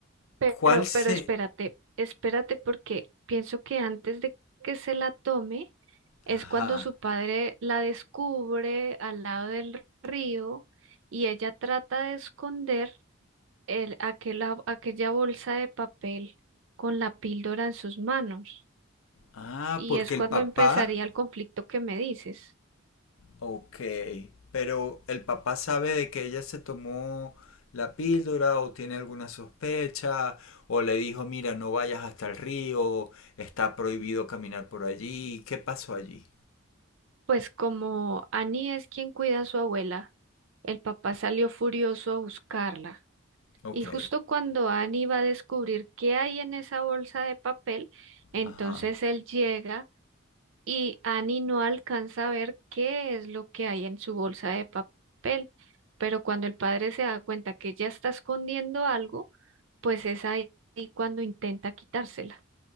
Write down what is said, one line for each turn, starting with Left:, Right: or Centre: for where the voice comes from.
Right: Pero,
Left: ¿Cuál se...?
Right: pero espérate, espérate porque pienso que antes de que se la tome es
Left: Ajá.
Right: cuando su padre la descubre al lado del río y ella trata de esconder el, aquela- aquella bolsa de papel con la píldora en sus manos.
Left: Ah,
Right: Y
Left: porque
Right: es cuando
Left: el papá
Right: empezaría el conflicto que me dices.
Left: Ok, pero ¿el papá sabe de que ella se tomó la píldora o tiene alguna sospecha o le dijo, mira, no vayas hasta el río, está prohibido caminar por allí? ¿Qué pasó allí?
Right: Pues como Annie es quien cuida a su abuela, el papá salió furioso a buscarla.
Left: Ok,
Right: Y justo cuando Annie va a descubrir qué hay en esa bolsa de papel, entonces
Left: ajá.
Right: él llega y Annie no alcanza a ver qué es lo que hay en su bolsa de papel. Pero cuando el padre se da cuenta que ella está escondiendo algo, pues es ahí ahí cuando intenta quitársela.